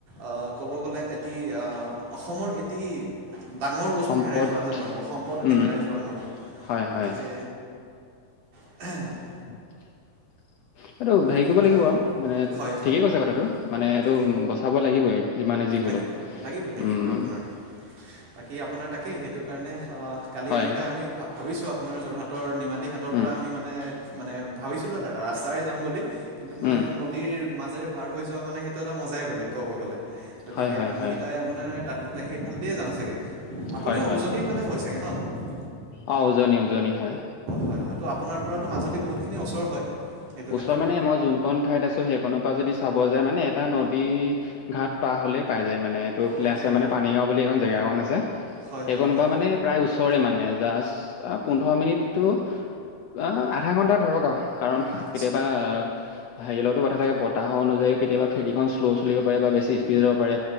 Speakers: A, on the right (about 70°); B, on the left (about 70°).
A: অ ক'ব গ'লে এটি অসমৰ এটি ডাঙৰ বস্তু
B: সম্পদ
A: হেৰাই যোৱা হেন হ'ব সম্পদ এটি
B: উম,
A: হেৰাই যোৱা হেন হ'ব।
B: হয়,
A: গতিকে
B: হয়,
A: <unintelligible>
B: <unintelligible> সেটো
A: সেইটোৱে
B: হেৰি কৰিব
A: কথা
B: লাগিব, মানে ঠিকেই
A: হয় হয়
B: কৈছে কথাটো মানে এইটো
A: তাকে
B: বচাব লাগিবই। যিমানে যি
A: লাগিবই
B: হলো।
A: লাগিবই লাগিবই
B: উম্
A: আপোনাৰ বাকী আপোনাৰ তাকেই সেইটো কাৰণে অ্ কালি
B: হয়,
A: আ কেইটা আমি ভাবিছোঁ আপোনাৰ যোৰহাটৰ নিমাতী ঘাটৰ
B: উম,
A: পৰা আমি মানে, মানে ভাবিছিলোঁ ৰাস্তাৰে যাম বুলি। কিন্তু মানে
B: উম,
A: নদীৰ মাজেৰে পাৰ হৈ যোৱা মানে সেইটো এটা মজাই বেলেগ ক'ব গ'লে। গতিকে
B: হয়, হয়,
A: আমি
B: হয়,
A: কেইটাই আপোনাৰ তাত সেইফালেদিয়েই যাম চাগে! আপুনিও
B: হয়,
A: উজনিৰ ফালে হয় চাগে ন?
B: অঁ উজনি উজনি হয়।
A: হয় হয়- ত' আপোনাৰ পৰাতো মাজুলী বহুতখিনি অচৰ হয়? সেইটো ক্ষেত্ৰত
B: ওচৰ মানে মই যোনকন ঠাইত আছো সেইখনৰ পৰা যদি চাব যায় মানে এটা নদী ঘাট পাৰ হ'লেই পাই যায় মানে এইটো এইফালে
A: অ'কে
B: আছে মানে পানীগাঁও বুলি এখন জেগা এখন আছে।
A: হয়
B: সেই
A: হয়
B: কনপা
A: হয়
B: মানে প্ৰায় ওচৰে মানে জাষ্ট অ পোন্ধৰ মিনিটটো, অ আধা ঘণ্টা ধৰক আঔ। কাৰণ
A: আচ্ছা
B: কেতিয়াবা হাৰিয় লগতো কথা থাকে বতাহ অনুযায়ীও কেতিয়াবা ফেৰীখন শ্ল' চলিব পাৰে বা বেছি স্পীডে যাব পাৰে।